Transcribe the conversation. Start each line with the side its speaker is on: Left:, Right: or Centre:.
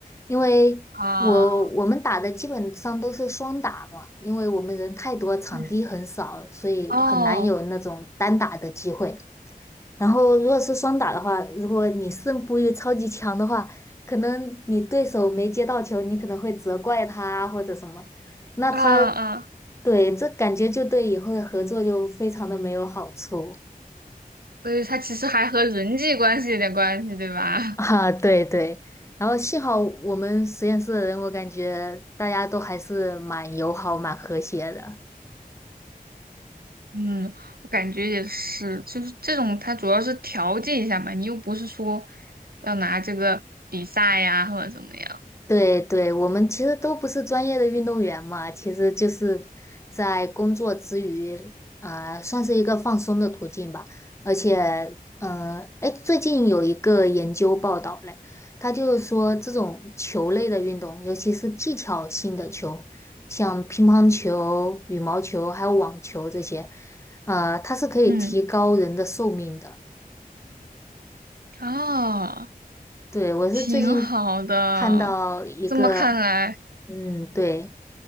Left: 因为我我们打的基本上都是双打嘛，
Right: 啊。
Left: 因为我们人太多，场地很少，
Right: 嗯
Left: 所以很难有那种单打的机会。
Right: 哦
Left: 然后如果是双打的话，如果你胜负欲超级强的话，可能你对手没接到球，你可能会责怪他啊或者什么，那他
Right: 啊啊，
Left: 对这感觉就对以后的合作就非常的没有好处
Right: 所以它其实还和人际关系有点关系，对吧？
Left: <laughs> 啊，对对。然后幸好我们实验室的人，我感觉大家都还是蛮友好、蛮和谐的。
Right: 嗯，我感觉也是，就是这种，它主要是调剂一下嘛，你又不是说要拿这个比赛呀或者怎么样，
Left: 对对，我们其实都不是专业的运动员嘛，其实就是在工作之余，啊、算是一个放松的途径吧。而且，嗯、哎，最近有一个研究报道嘞，他就是说这种球类的运动，尤其是技巧性的球，像乒乓球、羽毛球还有网球这些，呃，它是可以提高人的寿命的。
Right: 嗯，哦，
Left: 对，我是最近
Right: 挺好的。
Left: 看到一个。
Right: 这么看来，
Left: 嗯，对，